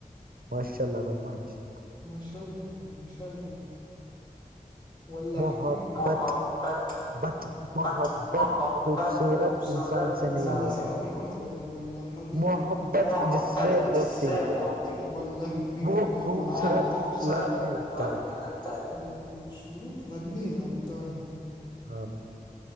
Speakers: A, on the right; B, on the left.
A: <unintelligible>
B: ماشاء اللہ بھائی ماشاء اللہ ولہبی
A: اللہ محبت
B: محت <unintelligible> <unintelligible>
A: بت محبت خوبصورت انسان سے نہیں ہوتی
B: <unintelligible>
A: محبت جس سے ہوتی ہے وہ خوبصورت
B: <unintelligible>
A: لگنے لگتا ہے <unintelligible>